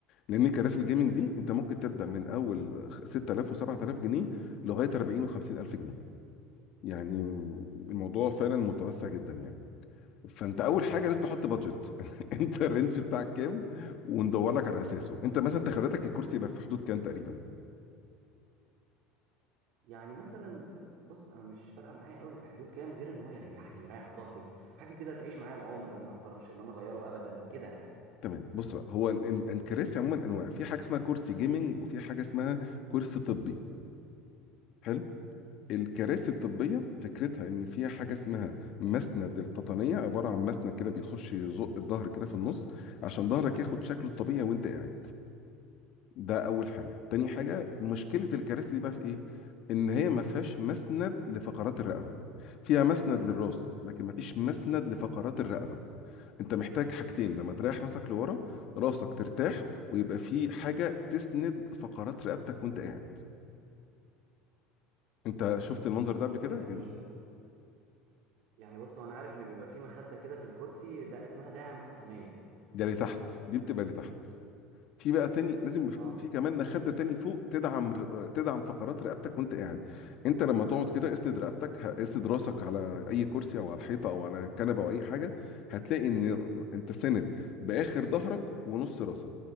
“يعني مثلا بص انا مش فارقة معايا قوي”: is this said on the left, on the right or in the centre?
Right